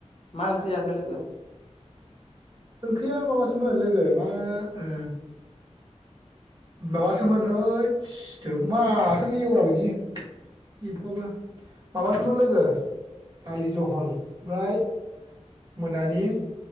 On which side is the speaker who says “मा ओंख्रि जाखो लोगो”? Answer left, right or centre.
Left